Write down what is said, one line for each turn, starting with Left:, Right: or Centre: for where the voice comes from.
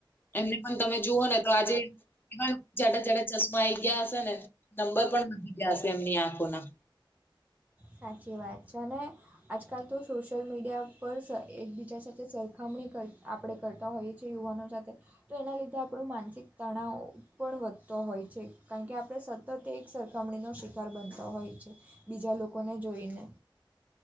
Left: એમને પણ તમે જુઓ ને તો આજે એ જાડા જડા ચશ્મા આઈ ગયા હશે ને, નંબર પણ લી ગયા હશે એમની આંખોના.
Right: સાચી વાત છે અને આજકાલ તો સોશિયલ મીડિયા પર એકબીજા સાથે સરખામણી કર આપણે કરતા હોઈએ. છે યુવાનો સાથે, તો એના લીધે આપણું માનસિક તણાવ પણ વધતો હોય છે કારણ કે આપણે સતત એક સરખામણીનો શિકાર બનતા હોય છે. બીજા લોકોને જોઈને.